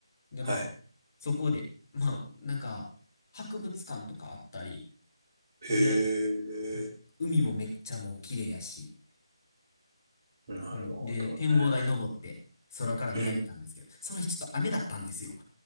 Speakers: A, on the left (about 35°); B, on the right (about 30°).
A: で、
B: はい。
A: まあ、そこで、まあ、なんか、博物館とかあったり、
B: へえ。
A: で、う海もめっちゃもう綺麗やし、
B: なるほどね。
A: うん、で、展望台登って、空から見上げたんですけど、
B: うん。
A: その日ちょっと雨だったんですよ。